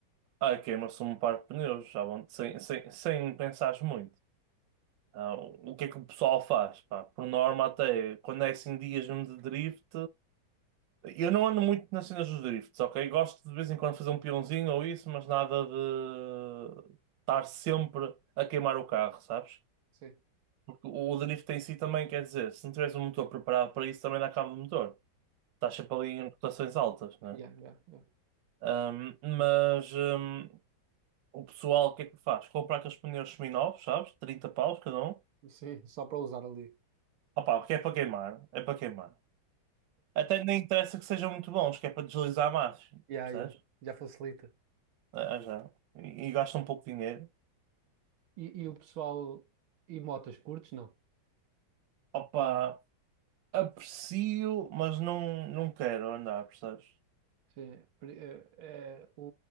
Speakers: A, on the right; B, on the right.
A: Ah, queima-se um par de pneus, já vão sem, sem, sem pensares muito. Ah, o que é que o pessoal faz? Pá, por norma, até quando é assim dias mesmo de drift. Eu não ando muito nas cenas dos drifts, ok? Gosto de vez em quando fazer um peãozinho ou isso, mas nada de estar sempre a queimar o carro, sabes?
B: Sim.
A: Porque o drift em si também quer dizer, se não tiveres um motor preparado para isso, também dá cabo do motor. Estás sempre ali em rotações altas, né?
B: Yeah, yeah, yeah.
A: Ahm, mas ahm, o pessoal, o que é que faz? Comprar aqueles pneus seminovos, sabes? trinta paus cada um.
B: Sim, só para usar ali.
A: Opa, porque é para queimar, é para queimar. Até nem interessa que sejam muito bons, que é para deslizar mais,
B: Yeah,
A: percebes?
B: yeah. Já facilita.
A: Ah, já. E, e gasta um pouco de dinheiro.
B: E, e o pessoal, e motas curtes, não?
A: Opa, aprecio, mas não, não quero andar, percebes?
B: Sim, pri- eh, eh, o,